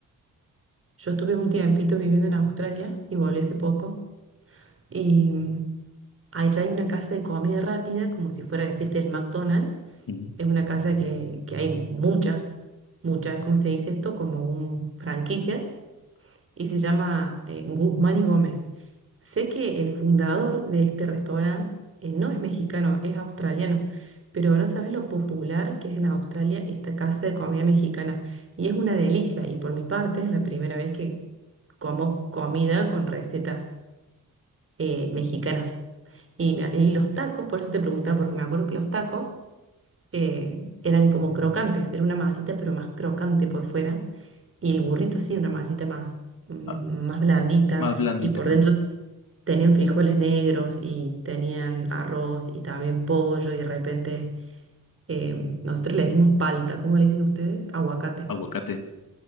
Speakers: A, on the right; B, on the left.
A: Yo estuve un tiempito viviendo en Australia y volví hace poco. Y mm, Allá hay una casa de comida rápida, como si fuera a decirte el McDonald's.
B: Ujú.
A: Es una casa que, que hay muchas, muchas, ¿cómo se dice esto? Como un franquicias. Y se llama eh, Guzmán y Gómez. Sé que el fundador de este restaurante eh, no es mexicano, es australiano. Pero no sabes lo popular que es en Australia esta casa de comida mexicana. Y es una delicia. Y por mi parte es la primera vez que como comida con recetas eh, mexicanas. Y, me- y los tacos, por eso te preguntaba, porque me acuerdo que los tacos eh, eran como crocantes, era una masita pero más crocante por fuera, y el burrito sí, una masita más, mm,
B: Ah,
A: más blandita,
B: Más blandita,
A: y por
B: ¿no?
A: dentro tenían frijoles negros y tenían arroz y también pollo, y de repente eh, nosotros le decimos palta, ¿cómo le dicen ustedes? Aguacate.
B: Aguacates.